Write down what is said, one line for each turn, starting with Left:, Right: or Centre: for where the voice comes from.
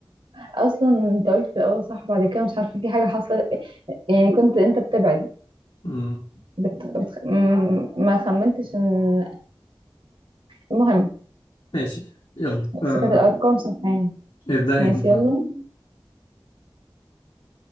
Right: اصلا انت قلت في الاول صح بعد كده مش عارفه في حاجه حصلت يعني كنت انت بتبعد
Left: مم.
Right: بت... بتخ... م... ما خمنتش ان المهم
Left: ماشي يلا
Right: بس
Left: آه.
Right: كانت الارقام صح يعني
Left: ابدأ
Right: ماشي
Left: أنت
Right: يلا
Left: طيب